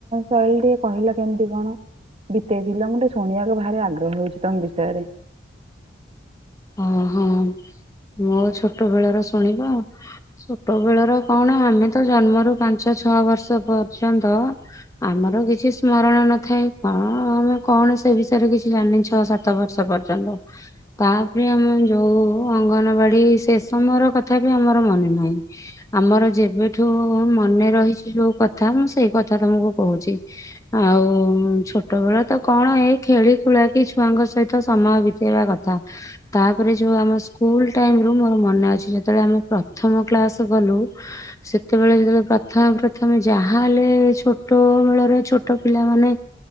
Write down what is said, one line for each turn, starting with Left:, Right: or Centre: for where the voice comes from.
Right: ଶୈଳୀ ଟିକେ କହିଲ କେମିତି କଣ ବିତେଇଥିଲ। ମୁଁ ଟିକେ ଶୁଣିବାକୁ ଭାରି ଆଗ୍ରହ ହଉଛି ତମ ବିଷୟରେ।
Left: ଓହୋ ମୋ ଛୋଟ ବେଳର ଶୁଣିବ ଆଉ। ଛୋଟ ବେଳର କଣ ଆମେ ତ ଜନ୍ମରୁ ପାଞ୍ଚ ଛଅ ବର୍ଷ ପର୍ଯ୍ୟନ୍ତ ଆମର କିଛି ସ୍ମରଣ ନଥାଏ। କଣ ଆମେ କଣ ସେ ବିଷୟରେ କିଛି ଜାଣିନି ଛଅ ସାତ ବର୍ଷ ପର୍ଯ୍ୟନ୍ତ ତା ତାପରେ ଆମେ ଯୋଉ ଅଙ୍ଗନବାଡି ସେ ସମୟର କଥା ବି ଆମର ମନେ ନାହିଁ। ଆମର ଯେବେଠୁ ମନେ ରହିଛି ଯୋଉ କଥା ମୁଁ ସେଇ କଥା ତମକୁ କହୁଛି। ଆଉ ଛୋଟ ବେଳ ତ କଣ ଏଇ ଖେଳି ଖୁଳା କି ଛୁଆଙ୍କ ସହିତ ସମୟ ବିତେଇବା କଥା। ତାପରେ ଯୋଉ ଆମ ସ୍କୁଲ ଟାଇମ ରୁ ମୋର ମନେ ଅଛି ଯେତେବେଳେ ଆମେ ପ୍ରଥମ କ୍ଲାସ ଗଲୁ ସେତେବେଳେ ଯେତେବେଳେ ପ୍ରଥମେ ପ୍ରଥମେ ଯାହାହେଲେ ଛୋଟ ମେଳରେ ଛୋଟ ପିଲାମାନେ